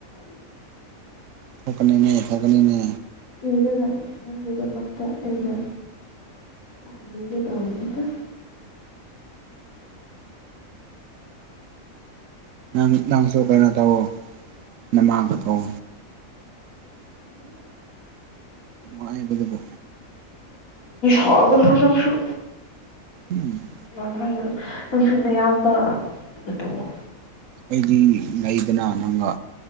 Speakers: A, on the right; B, on the left.
A: ꯊꯣꯛꯀꯅꯤꯅꯦ ꯊꯥꯛꯀꯅꯤꯅꯦ
B: ꯄꯤꯔꯒ ꯅꯪꯒꯤꯗꯃꯛꯇ ꯑꯩꯅ ꯇꯥꯟꯕꯤꯒꯦ ꯇꯧꯕꯅꯤꯗ
A: ꯅꯪ ꯅꯪꯁꯨ ꯀꯩꯅꯣ ꯇꯧꯋꯣ ꯅꯃꯥꯡꯒ ꯇꯧ
B: <unintelligible>
A: ꯅꯨꯡꯉꯥꯏꯕꯗꯨꯕꯨ
B: ꯇꯧꯒꯅꯨ ꯅꯪꯁꯨ
A: ꯎꯝ
B: <unintelligible> ꯅꯪꯁꯨ ꯅꯌꯥꯝꯕ ꯗ ꯇꯧꯑꯣ
A: ꯑꯩꯗꯤ ꯂꯩꯗꯅ ꯅꯪꯒ